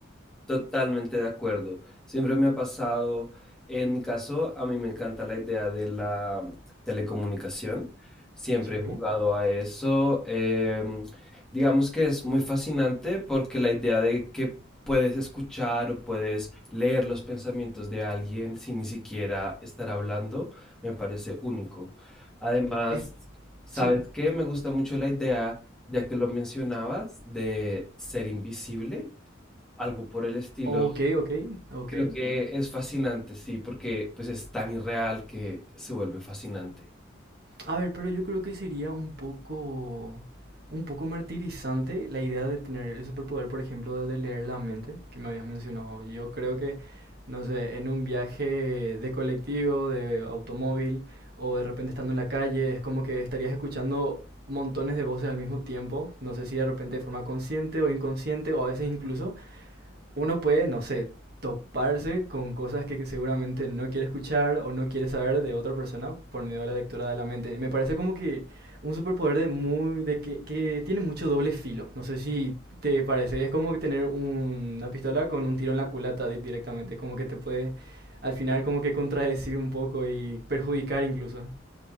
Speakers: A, in the centre; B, on the right.
A: Totalmente de acuerdo. Siempre me ha pasado, en mi caso, a mí me encanta la idea de la mm, telecomunicación. Siempre
B: Sí.
A: he jugado a eso. em, digamos que es muy fascinante porque la idea de que puedes escuchar o puedes leer los pensamientos de alguien sin ni siquiera estar hablando, me parece único. Además,
B: Es,
A: ¿sabes
B: sí.
A: qué? Me gusta mucho la idea, ya que lo mencionabas, de ser invisible algo por el estilo.
B: Ok, ok, ok.
A: Creo que es fascinante, sí, porque pues es tan irreal que se vuelve fascinante.
B: A ver, pero yo creo que sería un poco, un poco martirizante la idea de tener el superpoder, por ejemplo, de leer la mente, que me habías mencionado. Yo creo que, no sé, en un viaje de colectivo, de automóvil, o de repente estando en la calle, es como que estarías escuchando montones de voces al mismo tiempo, no sé si de repente de forma consciente o inconsciente, o a veces incluso uno puede, no sé, toparse con cosas que seguramente no quiere escuchar o no quiere saber de otra persona por medio de la lectura de la mente. Me parece como que un superpoder de muy de que, que tiene mucho doble filo. No sé si te parece, es como que tener un- una pistola con un tiro en la culata di- directamente, como que te puede al final como que contradecir un poco y perjudicar incluso.